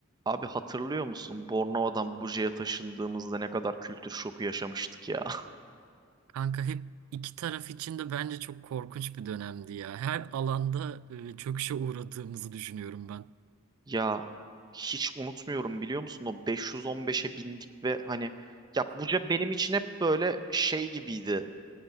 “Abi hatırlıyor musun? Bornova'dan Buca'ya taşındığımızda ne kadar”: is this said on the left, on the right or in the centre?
Right